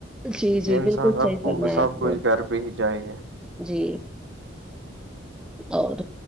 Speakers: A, in the centre; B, on the right (about 80°).
A: جی
B: کہ
A: جی
B: انسان
A: بالکل صحیح
B: اب کو
A: فرمایا
B: سب
A: آپ
B: کچھ
A: نے
B: گھر پہ ہی چائے
A: جی اور